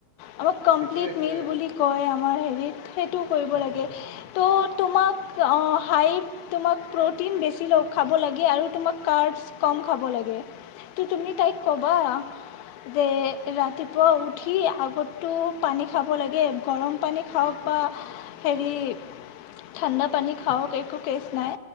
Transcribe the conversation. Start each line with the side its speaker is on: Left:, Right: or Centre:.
Left: আমাক কমপ্লিট
Right: সেইটোয়ে এইটোয়ে
Left: মিল বুলি কয় মই হেৰিত সেইটোও কৰিব
Right: আচ্ছা
Left: লাগে,
Right: আচ্ছা
Left: ত' তোমাক অ' হাই তোমাক প্ৰ'টিন বেছি ল-খাব লাগে আৰু তোমাক কাৰ্বছ কম খাব লাগে । তো তুমি তাইক ক'বা যে ৰাতিপুৱা উঠি আগত তো পানী খাব লাগে, গৰম পানী খাওঁক বা হেৰি ঠাণ্ডা পানী খাওঁক একো কেচ নাই।